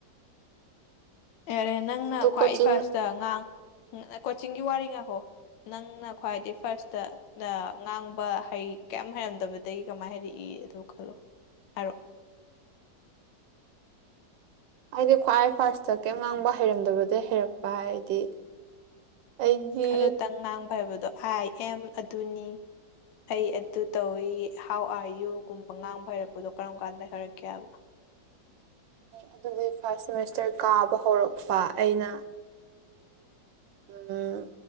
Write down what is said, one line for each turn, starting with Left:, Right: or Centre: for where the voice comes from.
Left: ꯑꯦꯔꯦ ꯅꯪꯅ
Right: ꯑꯗꯣ
Left: ꯈ꯭ꯋꯥꯏ
Right: ꯀꯣꯆꯤꯡ
Left: ꯐꯥꯔꯁꯇ ꯉꯥ ꯀꯣꯆꯤꯡꯒꯤ ꯋꯥꯔꯤ ꯉꯥꯏꯈꯣ ꯅꯪꯅ ꯈ꯭ꯋꯥꯏꯗꯩ ꯐꯥꯔꯁꯇ ꯉꯥꯡꯕ ꯍꯩ ꯀꯩꯝ ꯍꯩꯔꯝꯗꯕꯗꯒꯤ ꯀꯃꯥꯏꯅ ꯍꯥꯏꯔꯛꯏ ꯑꯗꯨ ꯈꯜꯂꯣ ꯍꯥꯏꯔꯛꯑꯣ
Right: ꯑꯩꯗꯤ ꯈ꯭ꯋꯥꯏ ꯐꯥꯔꯁꯇ ꯀꯩꯝ ꯉꯥꯡꯕ ꯍꯩꯔꯝꯗꯕꯗꯒꯤ ꯍꯩꯔꯛꯄ ꯍꯥꯏꯗꯤ ꯑꯩꯒꯤ
Left: ꯈꯔꯇꯪ ꯉꯥꯡꯕ ꯍꯩꯕꯗꯣ ꯑꯥꯏ ꯑꯦꯝ ꯑꯗꯨꯅꯤ ꯑꯩ ꯑꯗꯨ ꯇꯧꯏ ꯍꯥꯎ ꯑꯥꯔ ꯌꯨꯒꯨꯝꯕ ꯉꯥꯡꯕ ꯍꯩꯔꯛꯄꯗꯣ ꯀꯔꯝ ꯀꯥꯟꯗ ꯍꯥꯏꯔꯛꯀꯦ ꯍꯥꯏꯕ
Right: ꯑꯗꯨꯒꯤ ꯐꯥꯔꯁ ꯁꯦꯃꯤꯁꯇꯔ ꯀꯥꯕ ꯍꯧꯔꯛꯄ ꯑꯩꯅ ꯎꯝ